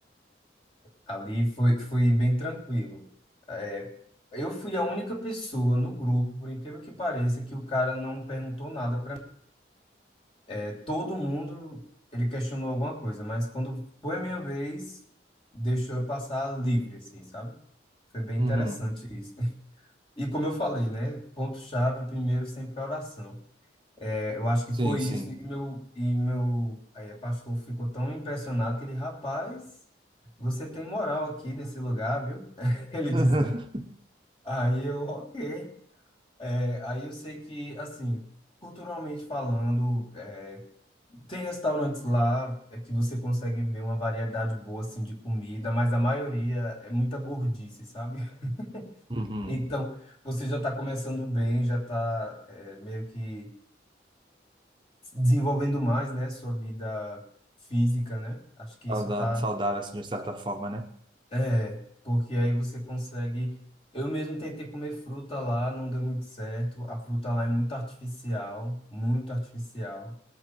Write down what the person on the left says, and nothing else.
ali foi, foi bem tranquilo. É, eu fui a única pessoa no grupo, por incrível que pareça, que o cara não perguntou nada para É, Todo mundo, ele questionou alguma coisa, mas quando foi a minha vez, deixou eu passar livre, assim, sabe? Foi bem
interessante isso. <laughs> E como eu falei, né? Ponto-chave primeiro sempre a oração. É, eu acho que
foi
isso, e meu, e meu é, pastor ficou tão impressionado que ele, rapaz, você tem moral aqui nesse lugar, viu? <laughs> Ele dizendo.
Aí eu, ok. É, aí eu sei que, assim, culturalmente falando, é, tem restaurantes lá é, que você consegue ver uma variedade boa, assim, de comida, mas a maioria é muita gordice, sabe? <laughs>
Então, você já está começando bem, já está meio que desenvolvendo mais, né, sua vida física, né? Acho que isso
está
É, porque aí você consegue. Eu mesmo tentei comer fruta lá, não deu muito certo. A fruta lá é muito artificial, muito artificial.